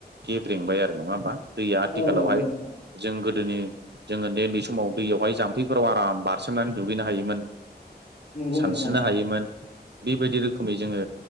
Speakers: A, on the right (about 75°); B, on the left (about 45°).
A: गेब्रेंबाय आरो नङा होमबा दैया आथिखालावहाय
B: औ नंगौ नोंथां
A: जों गोदोनि जों उन्दै उन्दै समाव दैयावहाय जाम्फैफोराव आराम बारसोमनानै दुगैनो हायोमोन।
B: औ नंगौ औ नंगौ
A: सानस्रिनो
B: नोंथां
A: हायोमोन बेबायदि रोखोमै जोङो।